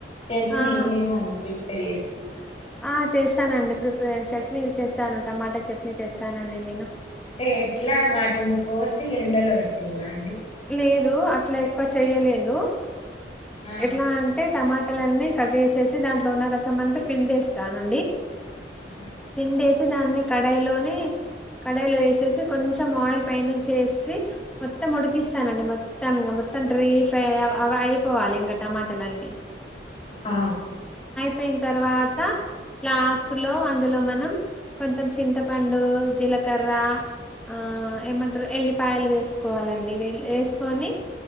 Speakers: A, on the left; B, in the centre.
A: చట్నీ
B: ఆ
A: ఏమండ రిపేర్ ఏస్కున్నారా
B: ఆ చేస్తానండి ప్రిపేర్ చట్నీ చేస్తాను టమాటా చట్నీ చేస్తానండి నేను
A: అంటే ఎట్లా వాటిని కోసి ఎండలో పెట్టిలా అండి
B: లేదు అట్లా ఎక్కువ చెయలేను
A: ఆ
B: ఎట్లా అంటే టమాటలన్నీ కట్ చేసేసి దాంట్లో ఉన్న రసం అంతా పిండేస్తానండి
A: ఆ
B: ఎండేస్ దాన్ని కడాయిలోని కడాయిలో వేసేసి కొంచం ఆయిల్ పైనుంచేసి మొత్తం తీస్తా అండి మ త మత్తాం ఇంక మొత్తం డ్రై ఫ్రై అ అయిపోవాలి ఇంకా టమాటలు అన్నీ
A: ఆ
B: పోయిన తర్వాత లాస్ట్ లో అందులో మనం కొంతం చింతపండు జీలకర్ర ఆ ఏమంటారు ఎల్లిపాయలు వేసుకోవాలండి వేసుకోని